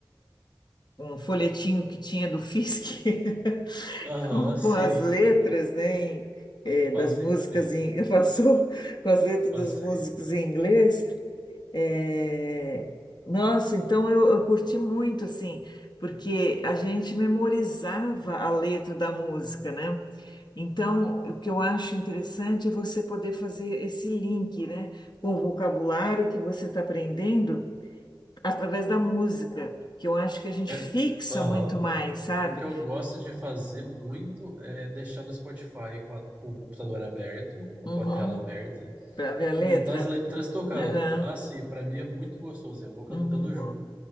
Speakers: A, on the left; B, on the right.
A: um folhetinho que tinha do Fisk. <laughs>
B: aham,
A: com
B: sim.
A: com as letras, né, em- eh,
B: Passei
A: das músicas
B: por isso.
A: em, <laughs> passou com as letras
B: Passei.
A: das músicas em inglês. eh, nossa, então eu, eu curti muito, assim, porque a gente memorizava a letra da música, né? Então, o que eu acho interessante é você poder fazer esse link, né, com o vocabulário que você está aprendendo através da música, que eu acho que a gente
B: É,
A: fixa
B: aham.
A: muito mais, sabe?
B: O que eu gosto de fazer muito é deixar no Spotify com, a- com o computador aberto ou
A: Uhum.
B: com a tela aberta.
A: Para ver a letra.
B: no- nas letras tocando.
A: Aham,
B: Assim, para mim é muito gostoso. Eu vou cantando
A: uhum,
B: junto,